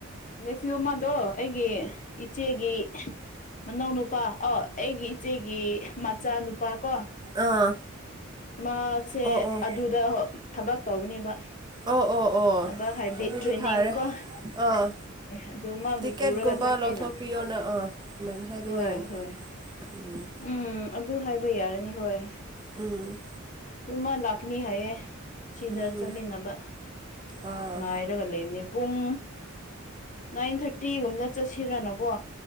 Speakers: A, on the left; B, on the right.
A: ꯅꯦꯐꯤꯌꯨ ꯑꯃꯗꯣ ꯑꯩꯒꯤ ꯏꯆꯦꯒꯤ ꯃꯅꯥꯎꯅꯨꯄꯥ ꯑ ꯑꯩꯒꯤ ꯏꯆꯦꯒꯤ ꯃꯆꯥꯅꯨꯄꯥ ꯀꯣ
B: ꯑꯥ
A: ꯃꯥꯁꯦ
B: ꯑꯣ ꯑꯣ
A: ꯑꯗꯨꯗ ꯊꯕꯛ ꯇꯧꯕꯅꯦꯕ
B: ꯑꯣ ꯑꯣ ꯑꯣ
A: ꯊꯕꯛ ꯍꯥꯏꯕꯗꯤ
B: ꯑꯗꯨꯗꯤ
A: ꯇ꯭ꯔꯦꯅꯤꯡ
B: ꯐꯔꯦ꯫
A: ꯀꯣ
B: ꯑꯥ ꯍꯣꯏ
A: ꯑꯗꯨ ꯃꯥꯕꯨ
B: ꯇꯤꯀꯦꯠꯀꯨꯝꯕ
A: ꯄꯨꯔꯒ ꯆꯠꯀꯦꯅ
B: ꯂꯧꯊꯣꯛꯄꯤꯌꯣꯅ ꯑꯥ ꯗꯨꯃꯥꯏꯅ ꯍꯥꯏꯕ
A: ꯍꯣꯏ
B: ꯌꯥꯅꯤ꯫
A: ꯍꯣꯏ
B: ꯎꯝ꯫
A: ꯎꯝ ꯑꯗꯨ ꯍꯥꯏꯕ ꯌꯥꯔꯅꯤ ꯍꯣꯏ
B: ꯎꯝ꯫
A: ꯑꯗꯨꯨꯝ ꯃꯥ ꯂꯥꯛꯀꯅꯤ ꯍꯥꯏꯌꯦ ꯁꯤꯗ
B: ꯎꯝ
A: ꯆꯠꯃꯤꯟꯅꯕ꯫
B: ꯑꯥ
A: ꯉꯥꯏꯔꯒ ꯂꯩꯕꯅꯦ ꯄꯨꯡ ꯅꯥꯏꯟ ꯊꯥꯔꯇꯤꯒꯨꯝꯗ ꯆꯠꯁꯤꯔꯅꯀꯣ꯫